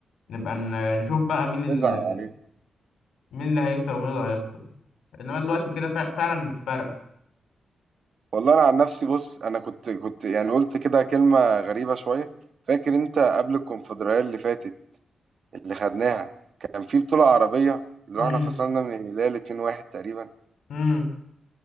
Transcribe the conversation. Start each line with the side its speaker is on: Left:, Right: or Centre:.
Left: نبقى ن- نشوف بقى مين ال...
Right: تزعل عليه
Left: مين اللي هيكسب ومين اللي هيخسر انما دلوقتي كده فع- فعلا مش فارقه
Right: والله انا عن نفسي بص انا كنت كنت يعني قلت كده كلمه غريبه شويه فاكر انت قبل الكونفدراليه اللي فاتت اللي خدناها كان في بطولة عربية اللي
Left: امم
Right: احنا خسرنا من الهلال 2-1 تقريبا
Left: امم